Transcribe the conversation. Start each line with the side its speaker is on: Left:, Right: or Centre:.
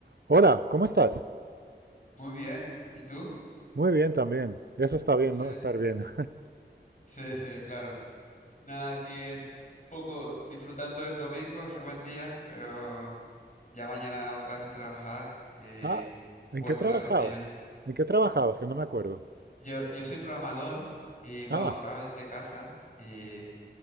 Right: Hola, ¿cómo estás?
Left: Muy bien. ¿Y tú?
Right: Muy bien también. Eso está bien,
Left: Sí,
Right: ¿no? Estar bien. <laughs>
Left: sí, sí, claro. Nada, aquí es poco disfrutando del domingo, hace buen día, pero ya mañana otra vez a trabajar y
Right: Ah, ¿en
Left: vuelta
Right: qué trabajabas?
Left: a la rutina.
Right: ¿En qué trabajabas? Que no me acuerdo.
Left: Yo, yo soy programador y bueno,
Right: Ah,
Left: trabajo desde casa y